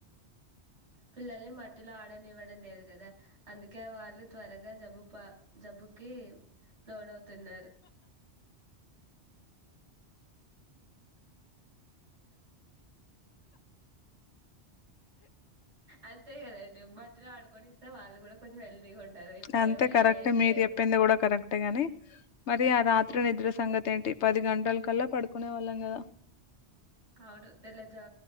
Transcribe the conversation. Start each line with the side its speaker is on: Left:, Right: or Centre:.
Right: పిల్లల్ని మట్టిలో ఆడని ఇవ్వడం లేదు కదా అందుకే వాళ్ళు త్వరగా జబ్బు పా జబ్బుకి లోను అవుతున్నారు అంతే కదండి మట్టిలో ఆడుకొని ఇస్తే వాళ్ళు కూడా కొంచెం హెల్తీగా ఉంటారు ఇప్పుడేమో
Left: అంతే కరెక్ట్
Right: ఏది
Left: మీరు
Right: లేదు
Left: చెప్పింది కూడా కరెక్టే గాని మరి ఆ రాత్రి నిద్ర సంగతి ఏంటి పది గంటల కల్లా పడుకునే వాళ్ళం కదా
Right: అవును తెల్లజా